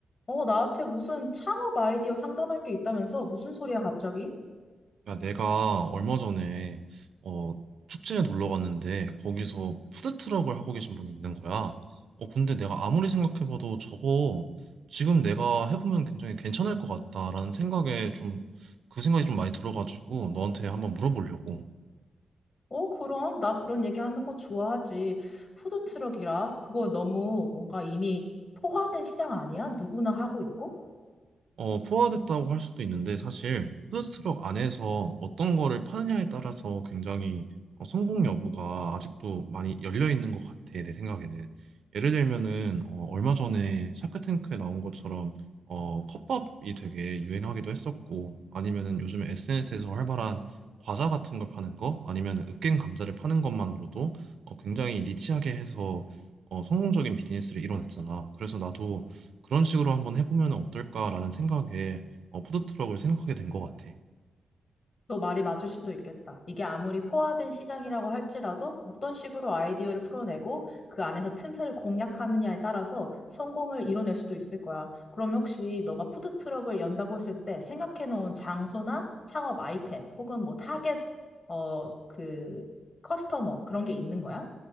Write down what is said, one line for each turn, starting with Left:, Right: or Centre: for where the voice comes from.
Left: 어, 나한테 무슨 창업 아이디어 상담할 게 있다면서? 무슨 소리야, 갑자기?
Right: 야, 내가 얼마 전에 어, 축제에 놀러 갔는데 거기서 푸드트럭을 하고 계신 분이 있는 거야. 어, 근데 내가 아무리 생각해봐도 저거 지금 내가 해보면 굉장히 괜찮을 것 같다라는 생각에 좀 그 생각이 좀 많이 들어가지고 너한테 한번 물어보려고.
Left: 어, 그럼. 나 그런 얘기하는 거 좋아하지. 푸드트럭이라? 그거 너무 뭔가 이미 포화된 시장 아니야? 누구나 하고 있고?
Right: 어, 포화됐다고 할 수도 있는데 사실 푸드트럭 안에서 어떤 거를 파느냐에 따라서 굉장히 어, 성공 여부가 아직도 많이 열려 있는 것 같아 내 생각에는 예를 들면은 어, 얼마 전에 샤크탱크에 나온 것처럼 어, 컵밥이 되게 유행하기도 했었고 아니면은 요즘에 SNS에서 활발한 과자 같은 걸 파는 거 아니면은 으깬 감자를 파는 것만으로도 어, 굉장히 니치하게 해서 어, 성공적인 비즈니스를 이뤄냈잖아 그래서 나도 그런 식으로 한번 해보면 어떨까라는 생각에 어, 푸드트럭을 생각하게 된 것 같아.
Left: 너 말이 맞을 수도 있겠다. 이게 아무리 포화된 시장이라고 할지라도 어떤 식으로 아이디어를 풀어내고 그 안에서 틈새를 공략하느냐에 따라서 성공을 이뤄낼 수도 있을 거야. 그러면 혹시 너가 푸드트럭을 연다고 했을 때 생각해 놓은 장소나 창업 아이템 혹은 뭐 타겟, 어, 그, 커스터머 그런 게 있는 거야?